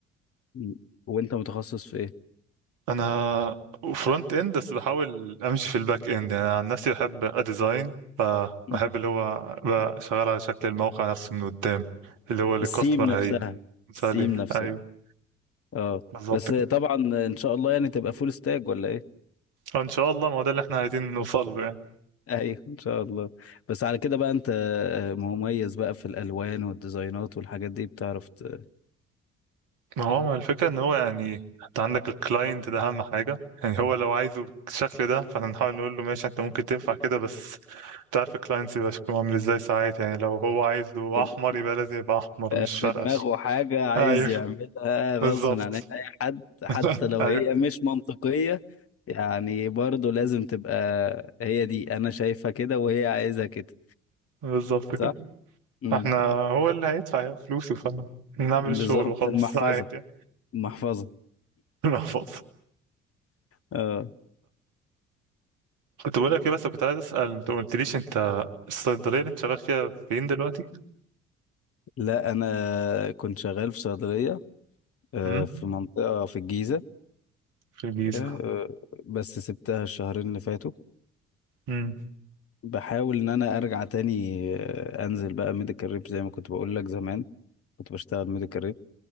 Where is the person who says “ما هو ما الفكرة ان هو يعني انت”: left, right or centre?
Right